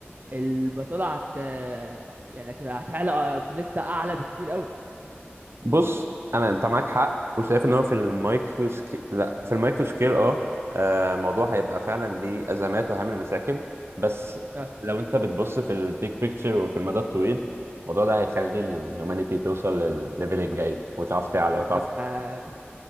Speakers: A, on the right; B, on the right.
A: البطالة هت يعني هتبقى هتعلى بنسبة أعلى بكتير قوي
B: بص انا انت معاك حق وشايف ان هو في المايكرو سكيل لا في المايكرو سكيل اه آه، الموضوع هيبقى فعلا ليه ازمات وهيعمل مشاكل بس
A: اه
B: لو انت بتبص في البيج بيكتشر وفي المدى الطويل الموضوع ده هيخلي الهيومانيتي توصل للليفل الجاي وتعرف تعلى وتعرف
A: طب ما